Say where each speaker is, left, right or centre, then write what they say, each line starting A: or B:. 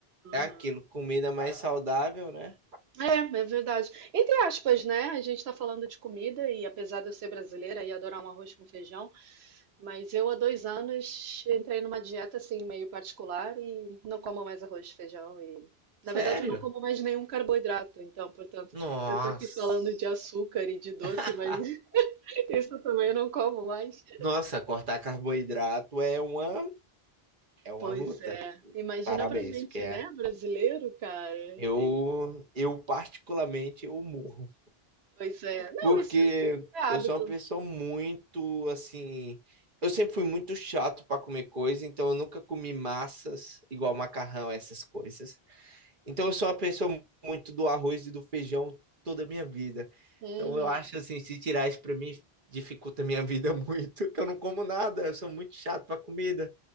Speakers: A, on the right (about 80°); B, on the right (about 50°).
A: Uhum.
B: É aquilo, comida mais saudável, né?
A: É, é verdade. Entre aspas, né? A gente tá falando de comida e apesar de eu ser brasileira e adorar um arroz com feijão, mas eu há dois anos entrei numa dieta assim meio particular e não como mais arroz e feijão e
B: Sério?
A: na verdade eu não como mais nenhum carboidrato, então, portanto,
B: Nossa.
A: eu tô aqui falando de açúcar e de doce,
B: <laughs>
A: mas <laughs> isso também eu também não como mais.
B: Nossa, cortar carboidrato é uma é uma
A: Pois
B: luta.
A: é. Imagina
B: Parabéns,
A: pra gente,
B: porque é-
A: né? Brasileiro, cara. E-
B: eu eu particularmente eu morro.
A: Pois é. Não,
B: Porque
A: isso é hábito.
B: eu sou uma pessoa muito assim. Eu sempre fui muito chato para comer coisa, então eu nunca comi massas, igual macarrão, essas coisas. Então eu sou uma pessoa muito do arroz e do feijão toda a minha vida.
A: Uhum.
B: Então eu acho assim, se tirar isso para mim, dificulta a minha <laughs> vida muito, que eu não como nada, eu sou muito chato para comida.